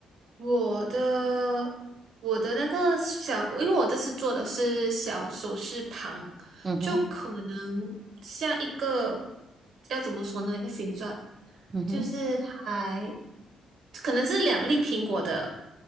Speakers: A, on the right; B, on the right.
A: 我的我的那个小，因为我这次做的是小首饰盘，
B: 嗯哼，
A: 就可能像一个要怎么说呢？那个形状
B: 嗯哼，
A: 就是还可能是两粒苹果的